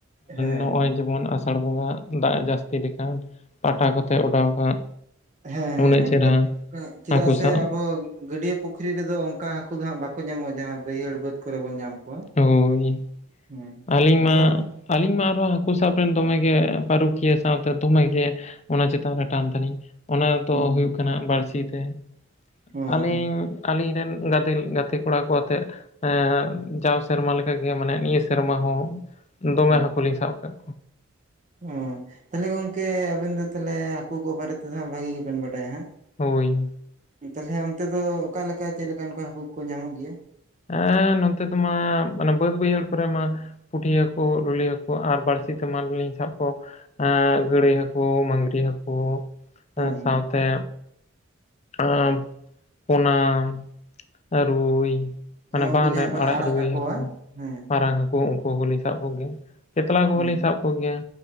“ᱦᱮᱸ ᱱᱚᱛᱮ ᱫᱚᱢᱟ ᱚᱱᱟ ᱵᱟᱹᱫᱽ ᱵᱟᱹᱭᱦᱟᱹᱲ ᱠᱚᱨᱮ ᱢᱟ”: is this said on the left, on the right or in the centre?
Left